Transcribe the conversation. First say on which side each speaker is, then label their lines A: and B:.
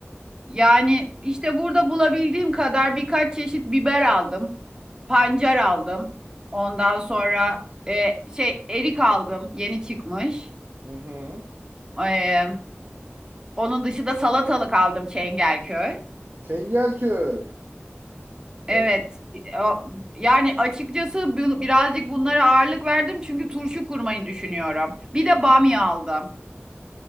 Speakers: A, on the right; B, on the right.
A: yani işte burada bulabildiğim kadar birkaç çeşit biber aldım. Pancar
B: Hı
A: aldım. Ondan sonra e, şey erik aldım yeni çıkmış.
B: hı. hı.
A: E, onun dışında salatalık aldım Çengelköy.
B: Çengelköy.
A: Evet.
B: Evet,
A: O- Yani açıkçası bu- birazcık bunlara ağırlık verdim çünkü turşu kurmayı düşünüyorum. Bir de bamya aldım.